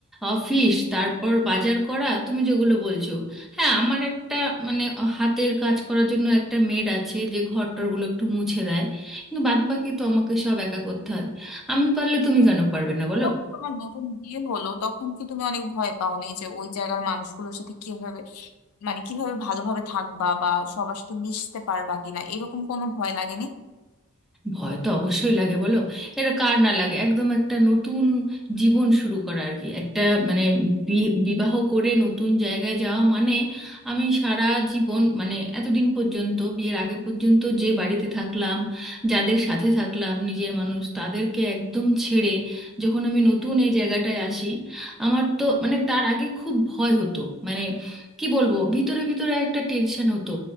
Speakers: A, in the centre; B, on the left.
A: অফিস তারপর বাজার করা তুমি যেগুলো বলছো হ্যাঁ আমার একটা মানে হাতের কাজ করার জন্য একটা মেড আছে যে ঘর টরগুলো একটু মুছে দেয় কিন্তু বাদবাকি তো আমাকে সব একা করতে হয় আমি পারলে তুমি কেন পারবে না বলো
B: তখন তোমার নতুন বিয়ে হলো তখন কি তুমি অনেক ভয় পাওনি যে ওই জায়গার মানুষগুলোর সাথে কিভাবে মানে কিভাবে ভালোভাবে থাকবা বা সবার সাথে মিশতে পারবা কিনা এরকম কোনো ভয় লাগেনি
A: ভয় তো অবশ্যই লাগে বলো এটা কার না লাগে একদম একটা নতুন জীবন শুরু করা আর কি একটা মানে বি- বিবাহ করে নতুন জায়গায় যাওয়া মানে আমি সারা জীবন মানে এতদিন পর্যন্ত বিয়ের আগে পর্যন্ত যে বাড়িতে থাকলাম যাদের সাথে থাকলাম নিজের মানুষ তাদেরকে একদম ছেড়ে যখন আমি নতুন এই জায়গাটায় আসি আমার তো মানে তার আগে খুব ভয় হতো মানে কি বলবো ভিতরে ভিতরে একটা টেনশন হতো